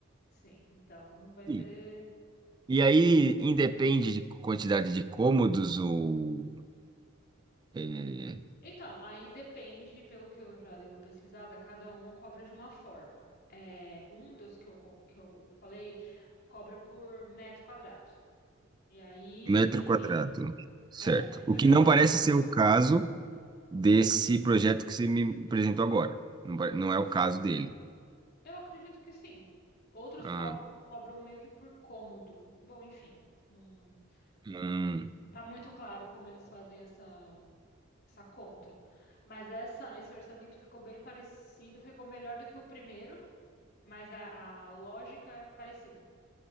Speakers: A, on the left; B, on the right.
A: Sim, então não vai ter.
B: Sim. E aí, independe de quantidade de cômodos ou é,
A: Então, aí depende, pelo que eu já dei uma pesquisada, cada um cobra de uma forma. É, um dos que eu, con- que eu falei cobra por metro quadrado. E aí,
B: Metro
A: enfim,
B: quadrado, certo.
A: é,
B: O
A: eu
B: que
A: já
B: não
A: vi
B: parece
A: alguns,
B: ser o caso desse projeto que você me apresentou agora. Não, pare- não é o caso dele.
A: eu acredito que sim. Outros
B: Ah,
A: cobram, cobram meio que por cômodo. Bom, enfim, não,
B: hum,
A: não, não tá muito claro como eles fazem essa, essa conta. Mas essa, esse orçamento ficou bem parecido, ficou melhor do que o primeiro, mas a, a lógica é parecida.